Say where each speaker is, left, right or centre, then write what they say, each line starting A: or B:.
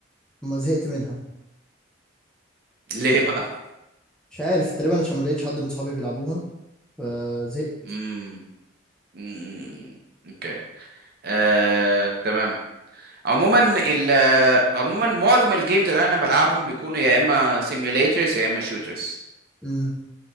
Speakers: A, in the centre; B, on the right (about 50°).
A: ما زهقت منها
B: ليه بقى
A: مش عارف تقريبا عشان ما لقيتش حد من صحابي بيلعبوها فزهقت
B: امم أمم، اوكي آه... تمام عموما ال عموما معظم الجيمز اللي انا بلعبهم بيكونوا يا اما سيميليترز يا اما شوترز
A: امم